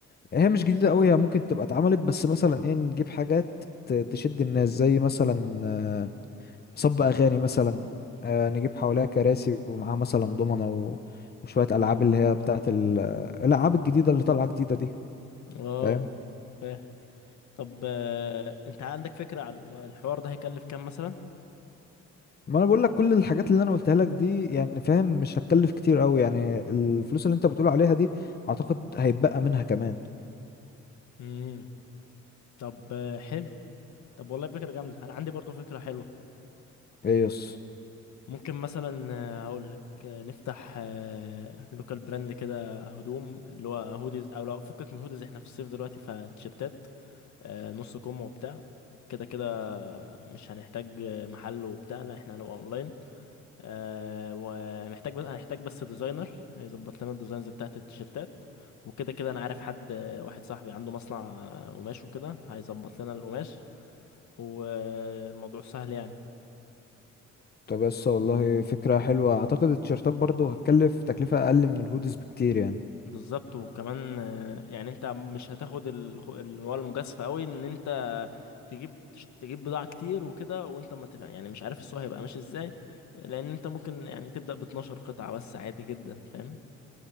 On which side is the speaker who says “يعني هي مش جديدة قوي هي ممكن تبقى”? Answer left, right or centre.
Left